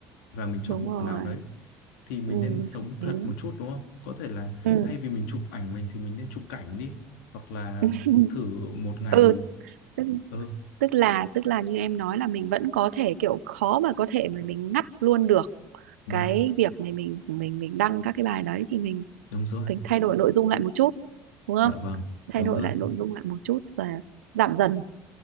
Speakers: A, on the left; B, on the right.
A: và mình chọn
B: đúng
A: bộ
B: rồi
A: quần áo đấy thì mình
B: ừ
A: nên sống
B: hợp lý
A: thật một chút đúng không? Có thể là
B: ừ
A: thay vì mình chụp ảnh mình thì mình nên chụp cảnh đi hoặc là
B: <laughs>
A: thử một ngày
B: ừ Tức
A: ừ
B: tức là tức là như em nói là mình vẫn có thể kiểu khó mà có thể mà mình ngắt luôn được
A: dạ
B: cái việc mà mình mình mình đăng các cái bài đấy thì mình
A: đúng rồi
B: mình thay đổi nội dung lại một chút đúng không
A: dạ vâng đúng
B: thay đổi
A: rồi
B: lại nội dung lại một chút rồi giảm dần